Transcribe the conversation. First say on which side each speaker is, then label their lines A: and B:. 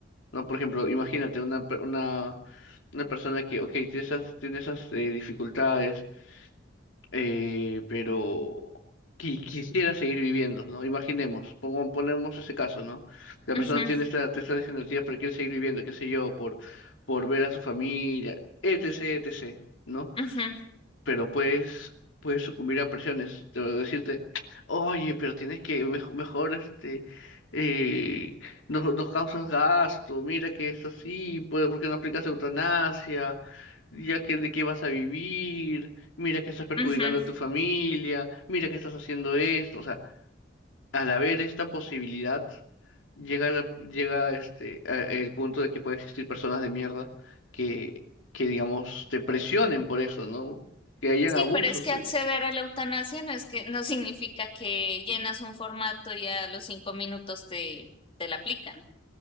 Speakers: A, on the left; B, on the left.
A: ¿no? Por ejemplo, imagínate una, per- una, una persona que, ok, tiene esas, tiene esas eh, dificultades, eh, pero qui- quisiera seguir viviendo, ¿no? Imaginemos, pongo- ponemos ese caso, ¿no? La persona
B: Ujú,
A: tiene esta, esta degenerativa, pero quiere seguir viviendo, qué sé yo, por, por ver a su familia, etc., etc., ¿no?
B: ujú,
A: pero puedes, puedes sucumbir a presiones, te voy decirte, oye, pero tienes que mej- mejor, este, eh, nos, nos causas gasto, mira que es así, pues, ¿por qué no aplicas eutanasia? Ya que de qué vas a vivir, mira que estás perjudicando
B: ujú.
A: a tu familia, mira que estás haciendo esto, o sea, al haber esta posibilidad, llega, la- llega este, a- el punto de que puede existir personas de mierda que, que, digamos, te presionen por eso, ¿no? Que hayan
B: Sí,
A: abusos.
B: pero es que acceder a la eutanasia no es que no significa que llenas un formato y a los cinco minutos te, te la aplican.